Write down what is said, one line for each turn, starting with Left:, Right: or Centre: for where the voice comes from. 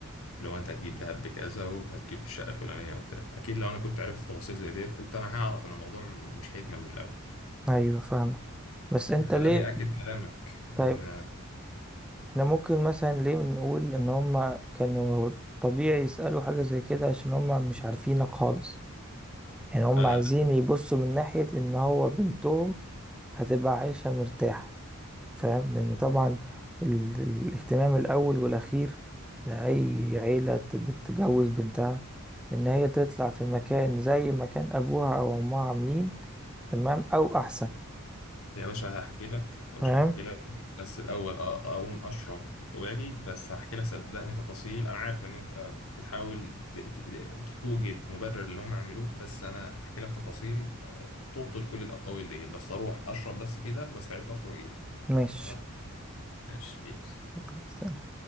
Left: اللي هو أنت هتجيب دهب بكذا وهتجيب الشقة الفلانية وبتاع أكيد لو أنا كنت عرفت تفاصيل زي ديت كنت أنا هعرف إن الموضوع مش هيكمل من الأول
Centre: ايوه فاهمة بس انت
Left: فده
Centre: ليه
Left: اللي يأكد كلامك
Centre: طيب
Left: إن
Centre: احنا ممكن مثلا ليه نقول ان هما كانوا طبيعي يسألوا حاجة زي كده عشان هما مش عارفينك خالص يعني هما
Left: آه،
Centre: عايزين يبصوا من ناحية ان هو بنتهم هتبقى عايشة مرتاحة فاهم لأن طبعا ال- الاهتمام الأول والأخير لأي عيلة ت- بتجوز بنتها إن هي تطلع في مكان زي مكان أبوها أو أمها عاملين تمام أو أحسن
Left: يا باشا هحكي لك يا باشا
Centre: فاهم
Left: هحكي لك بس الأول أ- أقوم أشرب وأجي بس هحكي لك صدقني تفاصيل أنا عارف إن أنت بتحاول ت- ت- توجد مبرر اللي هم عملوه بس أنا هحكي لك تفاصيل آه، تبطل كل الأقاويل ديت بس أروح أشرب بس كده وأستعيد طاقتي وأجيلك
Centre: ماشي
Left: تمام ماشي بيس
Centre: اتفقنا